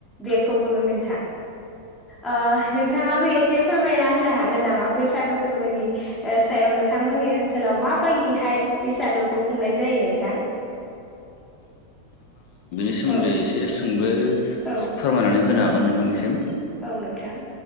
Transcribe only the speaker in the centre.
बेखौबो नोंथां ओ नोंथाङाबो एसे से फोरमायना होनो हागोन नामा बैसागो फोरबोनि सायाव नोंथांमोननि ओनसोलाव माबायदिहाय बैसागोखौ खुंनाय जायो नोंथां
औ
औ
औ नोंथां